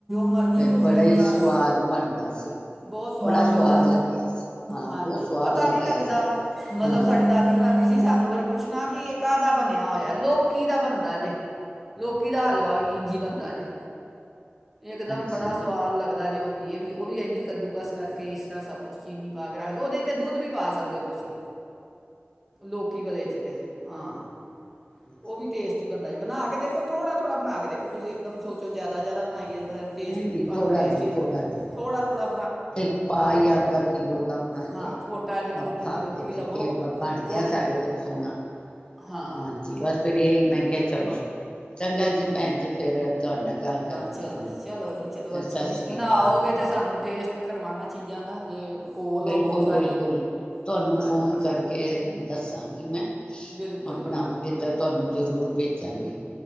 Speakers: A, in the centre; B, on the left.
A: ਮਰਜੀ
B: ਤੇ
A: ਤੁਸੀਂ
B: ਬੜਾ
A: ਆਪਣਾ
B: ਹੀ ਸਵਾਦ ਬਣਦਾ ਸੀ
A: ਬਹੁਤ ਸਵਾਦ
B: ਬੜਾ
A: ਬਣਦਾ
B: ਲੱਗਿਆ ਸੀ ਹਾਂ
A: ਹਾਂਜੀ
B: ਬਹੁਤ ਸਵਾਦ
A: ਪਤਾ
B: ਲੱਗਿਆ
A: ਨੀ ਲੱਗਦਾ
B: ਸੀ
A: ਮਤਲਬ
B: ਹਾਂ
A: ਸਾਡੀ ਦਾਦੀ ਬਣਾਉਦੀ ਸੀ ਸਾਨੂੰ ਫਿਰ ਪੁੱਛਣਾ ਕਿ ਕਾਹਦਾ ਬਣਿਆ ਹੋਇਆ ਲੋਕੀ ਦਾ ਬਣਦਾ ਲੋਕੀ ਦਾ ਹਲਵਾ ਵੀ ਇੰਝੀ ਬਣਦਾ ਜੇ ਇਕ ਦਮ
B: ਅੱਛਾ
A: ਬੜਾ ਸਵਾਦ ਲੱਗਦਾ ਦਾ ਜੇ ਵੀ ਇਹ ਵੀ ਉਹ ਵੀ ਇੰਝ ਕੱਦੂ ਕਸ ਕਰਕੇ ਇਸ ਤਰ੍ਹਾਂ ਸਭ ਕੁਛ ਚੀਨੀ ਪਾ ਕੇ ਰੱਖਦੇ ਉਹਦੇ ਵਿੱਚ ਦੁੱਧ ਵੀ ਪਾ ਸਕਦੇ ਹੋ ਤੁਸੀਂ ਲੋਕੀ ਵਾਲਲੇ ਚ ਤੇ <unintelligible> ਹਾਂ।
B: ਅੱਛਾ।
A: ਉਹ ਵੀ
B: <unintelligible>
A: ਟੇਸਟੀ ਬਣਾ ਕੇ ਦੇਖੋ ਥੋੜਾ ਥੋੜਾ ਬਣਾ ਕੇ ਦੇਖੋ ਤੁਸੀਂ ਇੱਕ ਦਮ ਸੋਚੋ ਜ਼ਿਆਦਾ ਜ਼ਿਆਦਾ ਬਣਾਈ ਪਤਾ ਨਹੀਂ ਟੇਸਟ
B: ਨਹੀਂ
A: ਤੁਹਾਨੂੰ
B: ਥੋੜ੍ਹਾ
A: ਟੇਸਟ
B: ਜਿਹਾ
A: ਹੀ
B: ਥੋੜ੍ਹਾ ਜਿਹਾ
A: ਥੋੜ੍ਹਾ ਥੋੜ੍ਹਾ
B: ਇੱਕ ਪਾ ਯਾ ਅੱਧਾ ਕਿੱਲੋ ਦਾ ਬਣਾਈਏ
A: ਹਾਂ ਛੋਟਾ ਜੀ ਛੋਟੀ
B: ਔਰ ਖਾ
A: ਜੀ ਲੋਕੀ
B: ਕੇ ਦੇਖੀਏ
A: ਲਵੋ
B: ਬਣ
A: ਉਹਦੀ
B: ਗਿਆ ਸਾਡੇ
A: ਬ-
B: ਕੋਲ ਸੋਹਣਾ
A: ਹਾਂ
B: ਹਾਂਜੀ ਬਸ ਫਿਰ ਇਹੀ ਮੈਂ ਕਿਹਾ ਚਲੋ। ਚੰਗਾ
A: ਹਾਂ
B: ਜੀ ਭੈਣ ਜੀ ਫੇਿਰ ਤੁਹਾਡੇ ਨਾਲ ਗੱਲ ਕਰਦੀ
A: ਚਲੋ
B: ਹਾਂ ਮੈਂ
A: ਚਲੋ ਜੀ ਚਲੋ ਅੱਛਾ
B: ਸਤਿ
A: ਜੀ
B: ਸ੍ਰੀ
A: ਬਣਾਓਗੇ
B: ਅਕਾਲ।
A: ਤੇ ਸਾਨੂੰ ਟੇਸਟ ਕਰਵਾਉਣਾ ਚੀਜ਼ਾਂ ਦਾ ਜੇ ਕੋਲ
B: ਬਿਲਕੁਲ
A: ਹੋਵੋ
B: ਬਿਲਕੁਲ
A: ਸਾਡੇ
B: ਤੁਹਾਨੂੰ
A: ਹਾਂਜੀ
B: ਫੋਨ ਕਰਕੇ ਦੱਸਾਂਗੀ ਮੈਂ
A: ਬਿਲਕੁਲ
B: ਬਣਾਵਾਂਗੇ
A: ਬਿਲਕੁਲ
B: ਤਾਂ ਤੁਹਾਨੂੰ ਜ਼ਰੂਰ ਭੇਜਾਂਗੀ।